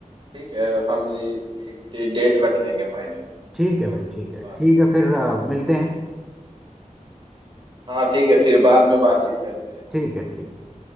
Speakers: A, on the right; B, in the centre.
A: ठीक है हम ये- एक डेट रख लेंगे फाइनल
B: ठीक है भाई ठीक है
A: बात
B: ठीक है फिर अ, मिलते हैं
A: हाँ ठीक है फिर बाद में बातचीत करते हैं
B: ठीक है ठीक है।